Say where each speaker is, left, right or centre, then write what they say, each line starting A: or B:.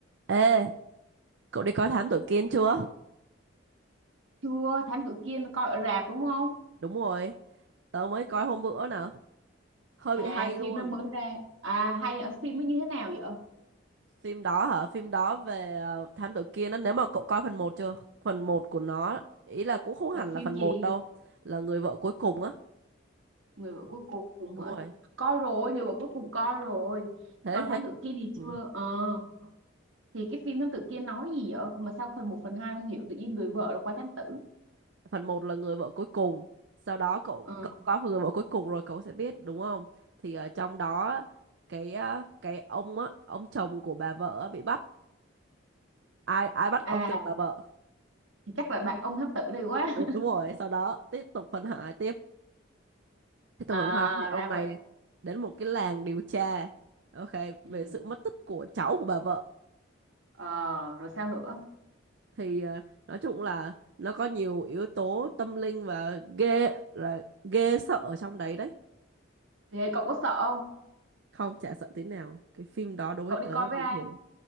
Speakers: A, on the right (about 60°); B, on the right (about 75°).
A: Ê, cậu đi coi Thám Tử Kiên chưa?
B: chưa thám tử Kiên coi ở rạp đúng không
A: Đúng rồi, tớ mới coi hôm bữa nè, hơi
B: à
A: bị hay luôn.
B: phim nó mới ra à hay ở phim nó như thế nào vậy
A: Phim đó hả? Phim đó về ờ, Thám Tử Kiên á, nếu mà cậu coi phần một chưa? Phần một của nó, ý là cũng không hẳn
B: là phim
A: là phần
B: gì
A: một đâu, là người vợ cuối cùng á.
B: người vợ cuối cùng
A: Đúng
B: hả
A: rồi,
B: coi rồi người vợ cuối cùng coi rồi
A: thế
B: còn
A: thế
B: thám tử Kiên thì
A: ừ.
B: chưa ờ thì cái phim thám tử Kiên nói gì vậy mà sao phần một phần 2 không hiểu tự nhiên người vợ là qua thám tử
A: Phần một là người vợ cuối cùng, sau đó cậu
B: ờ
A: cậu coi người vợ cuối cùng rồi cậu sẽ biết, đúng không? Thì ở trong đó cái ờ, cái ông á, ông chồng của bà vợ á bị bắt. Ai ai bắt
B: à
A: ông chồng bà vợ?
B: thì chắc là bạn ông thám tử đây quá
A: đúng đúng rồi sau đó tiếp tục phân hải tiếp
B: <laughs>
A: tiếp tục
B: à
A: phân hai thì ông
B: ra
A: này
B: vậy
A: đến một cái làng điều tra ok
B: ừ
A: về sự mất tích của cháu của bà vợ
B: ờ rồi sao nữa
A: thì ờ, nói chung là nó có nhiều yếu tố tâm linh và ghê là ghê sợ ở trong đấy đấy
B: thế cậu có sợ không
A: không chả sợ tí nào cái phim đó đối với
B: cậu
A: tớ
B: đi coi với
A: bình
B: ai
A: thường